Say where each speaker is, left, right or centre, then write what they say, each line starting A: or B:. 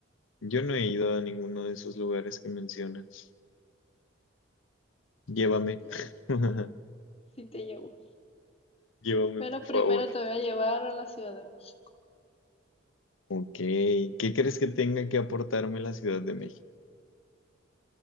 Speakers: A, on the left; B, on the left.
A: yo no he ido a ninguno de esos lugares que mencionas. Llévame.
B: No,
A: <laughs>
B: sí te llevo.
A: Llévame,
B: Pero
A: por
B: primero
A: favor.
B: te voy a llevar a la Ciudad de México.
A: Ok, ¿qué crees que tenga que aportarme la Ciudad de México?